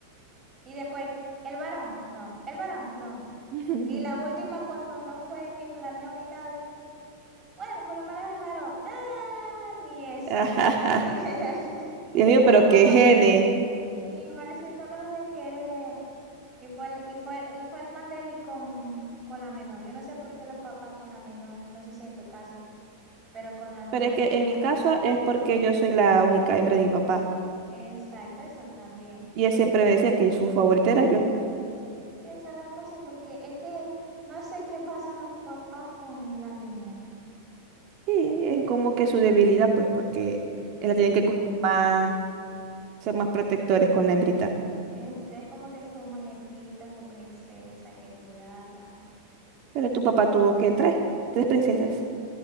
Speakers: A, on the right; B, on the right.
A: Y después, el varón, no, el varón, no.
B: <laughs>
A: Y la última, cuando no fue ni planeado ni nada. Bueno, por lo menos el varón. Ah, ni eso.
B: Ajaja.
A: <laughs> Ni eso. Yo
B: Dios
A: estaba
B: mío, pero
A: como
B: qué genes.
A: que, y me decía, no lo voy a querer. Y fue el, y fue, el- y fue el más débil con, con la menor. Yo no sé por qué los papás con la menor, no sé si en tu caso, pero con la menor
B: Pero es que
A: como
B: en mi caso
A: que no sé.
B: es porque yo soy la única hembra de mi papá.
A: Exacto, eso también.
B: Y él siempre me decía que su favorita era yo.
A: Esa es la cosa, porque es que no sé qué pasan los papás con la niña.
B: Y es como que su debilidad, pues, porque él
A: Sí,
B: la tienen que cuidar más, ser más protectores con la hembrita.
A: es, es como que su muñequita, su princesa, hay que cuidarla.
B: Pero tu papá tuvo que tres, tres princesas.